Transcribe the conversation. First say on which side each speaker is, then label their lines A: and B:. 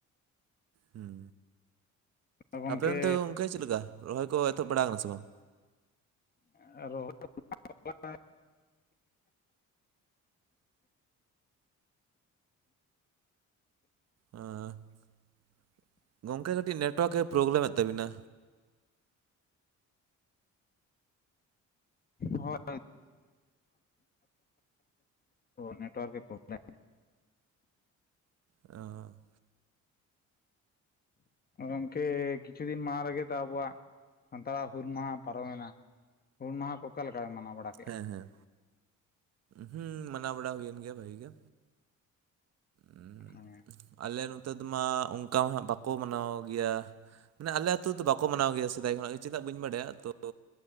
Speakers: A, on the right (about 55°); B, on the left (about 30°).
A: ᱦᱩᱸ
B: ᱜᱚᱢᱠᱮ
A: ᱟᱯᱮ ᱚᱱᱛᱮ ᱫᱚ ᱜᱚᱢᱠᱮ ᱪᱮᱫ ᱞᱮᱠᱟ ᱨᱚᱦᱚᱭ ᱠᱚ ᱮᱛᱚᱦᱚᱵ ᱵᱟᱲᱟ ᱠᱟᱱᱟ ᱥᱮ ᱵᱟᱝ
B: ᱨᱚᱦᱚᱲ <inaudible>
A: ᱦᱮᱸ ᱜᱚᱢᱠᱮ ᱠᱟᱹᱴᱤᱡ ᱱᱮᱴ ᱚᱣᱟᱨᱠ ᱮ ᱯᱨᱚᱵᱞᱮᱢᱮᱫ ᱛᱟᱵᱤᱱᱟ
B: ᱦᱳᱭ ᱱᱮᱴᱣᱟᱨᱠ ᱜᱮ ᱯᱨᱚᱵᱞᱮᱢ <unintelligible>
A: ᱟ <unintelligible>
B: ᱜᱚᱢᱠᱮ ᱠᱤᱪᱷᱩ ᱫᱤᱱ ᱢᱟᱰᱟᱝ ᱨᱮᱜᱮ ᱛᱚ ᱟᱵᱚᱣᱟᱜ ᱥᱟᱱᱛᱟᱲᱟᱜ ᱦᱩᱞ ᱢᱟᱦᱟ ᱯᱟᱨᱚᱢ ᱮᱱᱟ ᱦᱩᱞ ᱢᱟᱦᱟ ᱠᱚ ᱚᱠᱟ ᱞᱮᱠᱟ ᱯᱮ ᱢᱟᱱᱟᱣ ᱵᱟᱲᱟ ᱠᱮᱜ-ᱟ
A: ᱦᱮᱸ ᱦᱮᱸ ᱦᱩᱸ ᱢᱟᱱᱟᱣ ᱵᱟᱲᱟ ᱦᱩᱭᱮᱱ ᱜᱮᱭᱟ ᱵᱷᱟᱹᱜᱤ ᱜᱮ ᱩᱸᱜ
B: ᱦᱮᱸ
A: ᱟᱞᱮ ᱱᱚᱛᱮ ᱢᱟ ᱚᱱᱠᱟ ᱢᱟ ᱦᱟᱸᱜ ᱵᱟᱠᱚ ᱢᱟᱱᱟᱣ ᱜᱮᱭᱟ ᱢᱟᱱᱮ ᱟᱞᱮ ᱟᱹᱛᱩ ᱫᱚ ᱵᱟᱠᱚ ᱢᱟᱱᱟᱣ ᱜᱮᱭᱟ ᱥᱮᱫᱟᱭ ᱠᱷᱚᱱᱟᱜ ᱜᱮ ᱪᱮᱫᱟᱜ ᱵᱟᱹᱧ ᱵᱟᱲᱟᱭᱟ ᱛᱚ